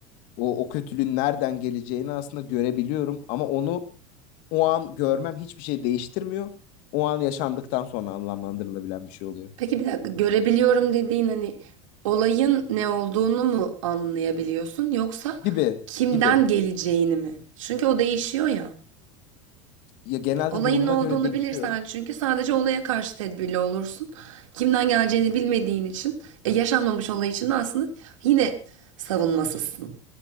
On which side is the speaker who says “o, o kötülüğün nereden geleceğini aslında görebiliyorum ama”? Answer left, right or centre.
Left